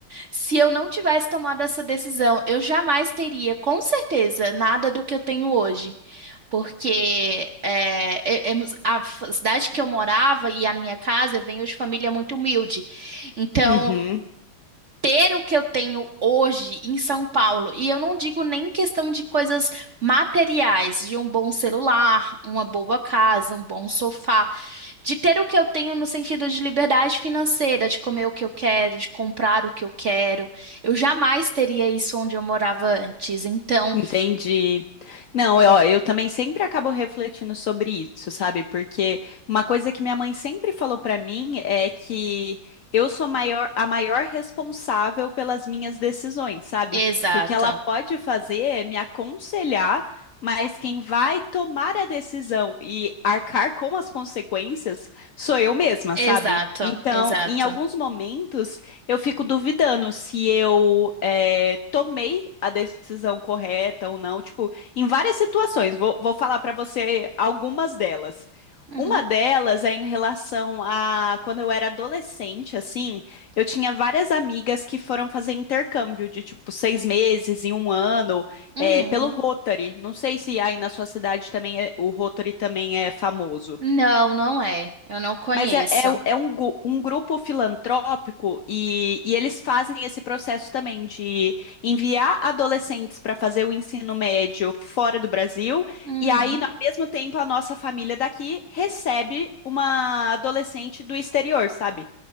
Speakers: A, on the right; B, on the left.
A: se eu não tivesse tomado essa decisão. Eu jamais teria, com certeza, nada do que eu tenho hoje. Porque é, é- é- é, a f- cidade que eu morava e a minha casa, eu venho de família muito humilde. Então
B: uhum.
A: ter o que eu tenho hoje em São Paulo, e eu não digo nem questão de coisas materiais, de um bom celular, uma boa casa, um bom sofá, de ter o que eu tenho no sentido de liberdade financeira, de comer o que eu quero, de comprar o que eu quero. Eu jamais teria isso onde eu morava antes. Então,
B: Entendi. Não, eu, eu também sempre acabo refletindo sobre isso, sabe? Porque uma coisa que minha mãe sempre falou pra mim é que eu sou maior, a maior responsável pelas minhas decisões, sabe?
A: exato,
B: Que o que ela pode fazer é me aconselhar, mas quem vai tomar a decisão e arcar com as consequências sou eu mesma,
A: exato,
B: sabe? Então,
A: exato.
B: em alguns momentos, eu fico duvidando se eu eh, tomei a decisão correta ou não. Tipo, em várias situações, vou, vou falar pra você algumas delas.
A: Uhum,
B: Uma delas é em relação a quando eu era adolescente, assim, eu tinha várias amigas que foram fazer intercâmbio de tipo seis meses e um ano
A: uhum.
B: eh, pelo Rotary. Não sei se aí na sua cidade também é- o Rotary também é famoso.
A: Não, não é. Eu não conheço.
B: Mas é, é, é um, gu- um grupo filantrópico e, e eles fazem esse processo também de enviar adolescentes para fazer o ensino médio fora do Brasil,
A: Uhum.
B: e aí, ao mesmo tempo, a nossa família daqui recebe uma adolescente do exterior, sabe?